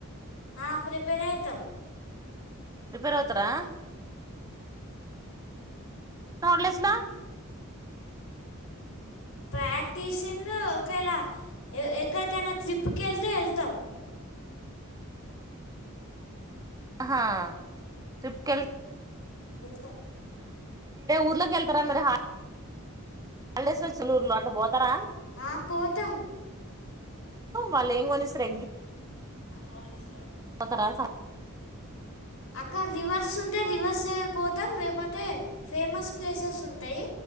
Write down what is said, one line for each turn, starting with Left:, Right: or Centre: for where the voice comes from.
Left: ఆ ప్రిపేర్ ఐతమ్
Right: ప్రిపేర్ అవుతరా లడేస్ లో
Left: ప్రాక్టీసింగ్ ఒకేలా ఎ ఎక్కడికైనా ట్రిప్ కి ఎల్తే ఎల్తాం
Right: అహా ట్రిప్ కెల్
Left: తం
Right: ఊర్లోకి వెళ్తారా మీరు హాలిడేస్ లో ఊర్లో అట్లా పోతారా
Left: ఆ పోతాం
Right: వాళ్ళు ఏం కొనిస్తారు
Left: పోలీసులు
Right: పత రా చ <unintelligible>
Left: అక్క రివర్స్ ఉంటే రివర్ ర్స్ కోతం లేకపోతే ఫేమస్ ప్లేసెస్ ఉంటాయి.